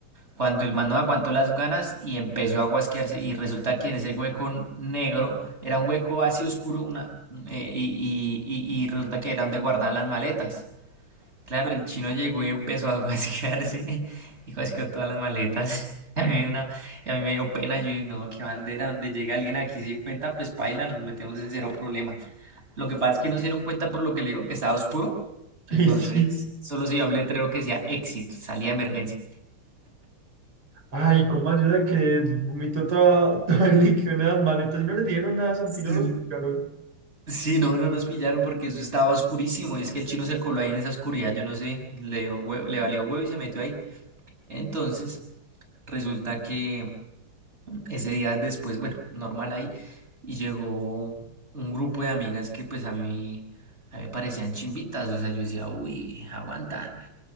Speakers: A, on the right; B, on the right.
A: Cuando el man no aguantó las ganas y empezó a guasquearse y resulta que en ese hueco negro era un hueco así oscuro una, eh, y, y, y, y resulta que era donde guardaban las maletas. Claro, el chino llegó y empezó a guasquearse <laughs> y guasqueó todas las maletas. <laughs> Y a mí, me dio una, y a mí me dio pena, yo dije, no, qué bandera, donde llega alguien aquí y se dio cuenta, pues paila, nos metemos en cero problema. Lo que pasa es que no se dieron cuenta por lo que le digo, que estaba oscuro, entonces
B: sí, sí.
A: solo se veía un letrero que decía éxito, salida de emergencia.
B: Ay, cómo ayuda que vomitó toda, <laughs> todo el líquido en las maletas y no le dieron nada, a Santi,
A: Sí,
B: no los buscaron.
A: Sí, no, no nos pillaron porque eso estaba oscurísimo y es que el chino se coló ahí en esa oscuridad, yo no sé, le dio hue- le valió huevo y se metió ahí. Entonces, resulta que... Ese día después, bueno, normal ahí, y llegó un grupo de amigas que pues a mí, a mí me parecían chimbitas, o sea, yo decía, uy, aguantan.